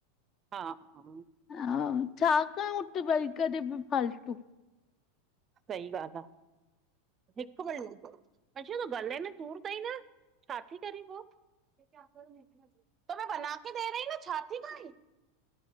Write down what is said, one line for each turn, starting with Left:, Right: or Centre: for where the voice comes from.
Right: हा हा हा।
Left: हां। छा कयूं उते वई करे बि फालतू।
Right: सही ॻाल आ। हिक मिंट अंशु तू गले में सुर तई न छा थी करी पो? क्योंकी आप और। <unintelligible> तो मे बनाके दे रही न छा थी खाई?